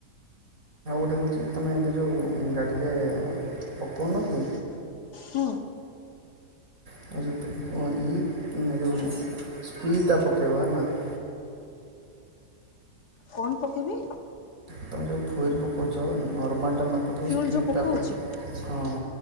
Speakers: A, on the right; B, on the left.
A: ଏଇଟା ହେଉଛି ତୁମେ ଏବେ ଯୋଉ ଗାଡ଼ିରେ ପଉନକି?
B: ହୁଁ।
A: <inaudible>
B: କଣ ପକେଇବି।
A: ତୁମେ ଯୋଉ ଫୁଏର ପକଉଛ ନର୍ମାଲଟା ନ ପକାଇ
B: ଫିଉଲ
A: ସ୍ପିଡ଼୍ଟା
B: ଯୋଉ ପକଉଛି
A: ପକା। ହଁ